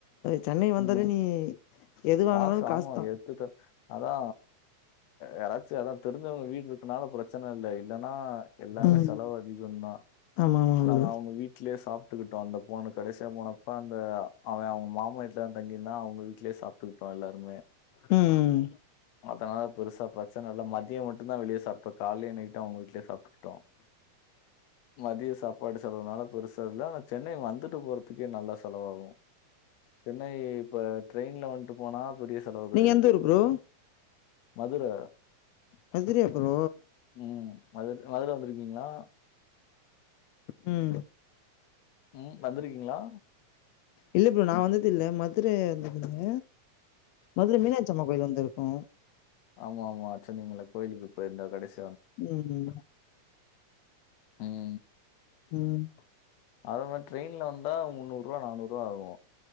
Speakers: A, on the left (about 85°); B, on the left (about 70°).
A: சென்னை வந்தலே
B: ம்.
A: நீ எது வாங்குனாலு
B: காசு
A: காசுதா
B: ஆம எக்குத அதா யாராச்சு அதா தெரிஞ்சவங்க வீட்டு இருத்தனால பிரச்சன இல்ல இல்லன்னா எல்லாமே
A: ம்
B: செலவு அதிகந்தா
A: ஆமா ஆமா ப்ரோ
B: நாங்க அவங்க வீட்லயே சாப் ட்டுக்குட்டோ அந்த போண்ணு கடசியா போனப்ப அந்த அவ அவங்க மாமா வீட்ல தா தங்கிருந்தா அவங்க வீட்லயே சாப்ப ப்பா எல்லாருமே
A: ம்
B: அதலா பெருசா பிரச்சன இல்ல மதியோ மட்டு தா வெளிய சாப்டோ காலையு நைட்டு அவங்க வீட்லயே சாப்ட்டுக்குட்டோ மதியோ சாப்பாடு செலவுனால பெருசுல்ல ஆனா சென்னை வந்துட்டு போறதுக்கே நல்லா செலவாகு சென்னை இப்ப டிரெயின்ல வந்ட்டு போனா பெரிய செலவு கெடையாது
A: நீங்க எந்த ஊரு ப்ரோ
B: மதுர
A: மதுரயா ப்ரோ
B: ம் மதுர மதுர வந்திருக்கீங்ளா
A: ம்
B: ம் வந்திருக்கீங்களா
A: இல்ல ப்ரோ நா வந்தது இல்ல மதுர வந்ததில்ல மதுர மீனாட்சி அம்மன் கோயில் வந்துருக்கோ
B: ஆமா ஆமா சொன்னீங்கள கோயிலுக்கு போயிருந்த கடைசி
A: ம் ம்
B: ம்,
A: ம்
B: அதே மாரி டிரெயின்ல வந்த முன்னூரூவா நானூறுரூவா ஆகு